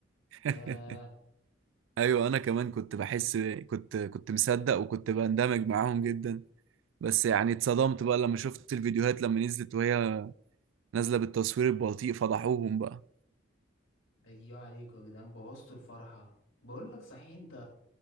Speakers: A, on the right; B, on the left.
A: <laughs>
B: ياه
A: ايوه انا كمان كنت بحس كنت كنت مصدق وكنت بندمج معاهم جدا بس يعني اتصدمت بقى لما شفت الفيديوهات لما نزلت وهي نازلة بالتصوير البطيء فضحوهم بقى
B: ايوه عليكم يا جدعان بوظتوا الفرحة بقول لك صحيح انت